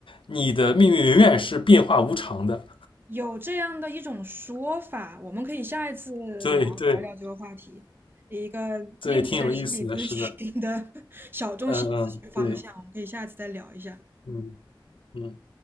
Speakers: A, on the left; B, on the right.
A: 你的命运永远是变化无常的。
B: 有这样的一种说法，我们可以下一次聊聊聊这个话题，
A: 对对
B: 一个另类的心理咨询的
A: 对，挺有意思的，是的，
B: <laughs> 小众心理咨询方向，
A: 嗯嗯，对，
B: 我们可以下一次再聊一下。
A: 嗯嗯。